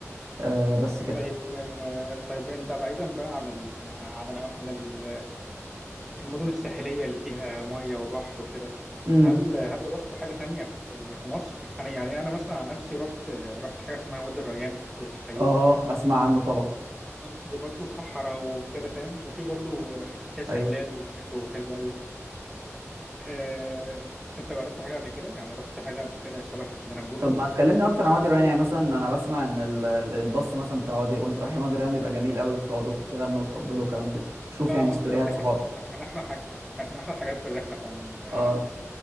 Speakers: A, on the right (about 75°); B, in the centre.
A: آه بس كده
B: طيب آه، طيب انت بعيدا بقى عن ال عن ال عن ال- المدن الساحليه اللي فيها ميه وبحر وكده
A: امم
B: هل هل رحت حاجه تانية في في مصر انا يعني انا مثلا عن نفسي رحت رحت حاجه اسمها وادي الريان ده في الفيوم
A: اه اسمع عنه طبعا
B: دي برضو صحراء وكده فاهم وفي برضو حته فيها شلال
A: ايوه
B: شكله حلو قوي آه، انت جربت حاجه قبل كده يعني رحت حاجه قبل كده شبه اللي انا بقوله
A: طب
B: ده
A: ما تكلمني اكتر عن وادي الريان يعني مثلا انا بسمع ان ال- ال- الباص مثلا بتاع وادي وانتوا رايحين وادي الريان بيبقى جميل قوي وبتقعدوا تغنوا وتطبلوا وكلام كده شوف
B: اه
A: يعني ستوريات
B: اه بالظبط كده
A: صحابي
B: كانت من احلى حاجه كانت من احلى الحاجات في الرحله فعلا آه
A: اه